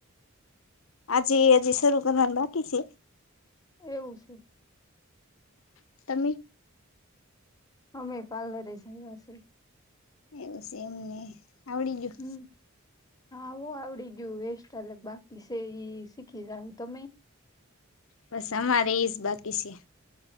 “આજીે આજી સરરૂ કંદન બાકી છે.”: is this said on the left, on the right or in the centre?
Left